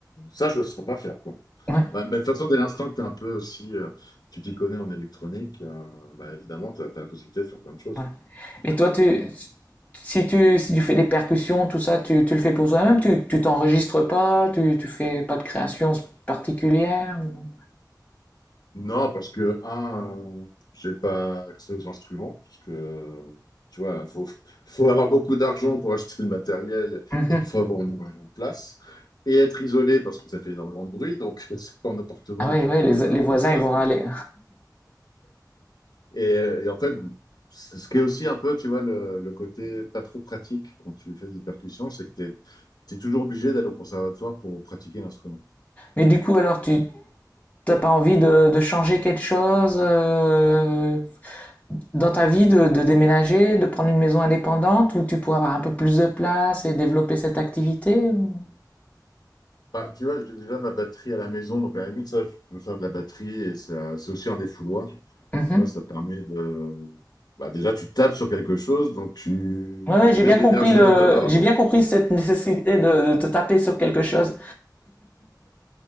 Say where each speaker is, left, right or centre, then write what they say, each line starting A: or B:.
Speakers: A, on the left; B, on the left.
A: ça, je ne saurais pas faire, quoi.
B: Ouais,
A: Bah, mais de toute façon, dès l'instant que tu es un peu aussi, euh, tu t'y connais en électronique, euh, bah, évidemment, tu as, la possibilité de faire plein de choses.
B: voilà. Et toi, tu, si tu, si tu fais des percussions, tout ça, tu, tu le fais pour toi-même, tu, tu t'enregistres pas, tu, tu fais pas de création particulière. ou-
A: Non, parce que, un, j'ai pas accès aux instruments, parce que, tu vois, faut, faut avoir beaucoup d'argent pour acheter le matériel
B: Mhm.
A: et il faut avoir énormément de place. Et être isolé, parce que ça fait énormément de bruit, donc <laughs> c'est pas en appartement
B: Ah oui,
A: que tu
B: ouais.
A: peux
B: les, les voisins,
A: avoir ça.
B: ils vont râler.
A: Et, et en fait, c'est ce qui est aussi un peu, tu vois, le, le côté pas trop pratique quand tu fais des percussions, c'est que tu es, toujours obligé d'aller au conservatoire pour pratiquer l'instrument.
B: Mais du coup, alors, tu t'as pas envie de, de changer quelque chose euh, dans ta vie, de, de déménager, de prendre une maison indépendante où tu pourras avoir un peu plus de place et développer cette activité? ou-
A: Bah, tu vois, j'ai déjà ma batterie à la maison, donc à la limite, ça, je peux faire de la batterie et ça- c'est aussi un défouloir.
B: Mhm.
A: Tu vois, ça permet de. Bah, déjà, tu tapes sur quelque chose, donc tu
B: Ouais, ouais, j'ai
A: mets
B: bien
A: de
B: compris
A: l'énergie
B: le,
A: en dehors
B: j'ai bien compris cette nécessité de, de te taper sur quelque chose.